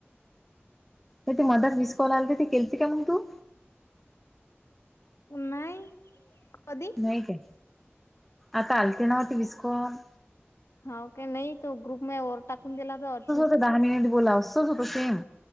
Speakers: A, in the centre; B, on the left.
A: ये ते मदर वीस कॉल आलते ती केलती का म तू.
B: नाहीई, कधी?
A: नाही काय, आता आलते नाते वीस कॉल.
B: हाव का नाही तो ग्रुप <unintelligible> टाकून दिला तर अर्जुन.
A: फक्त दहा मिनिट बोला असच होत सेम,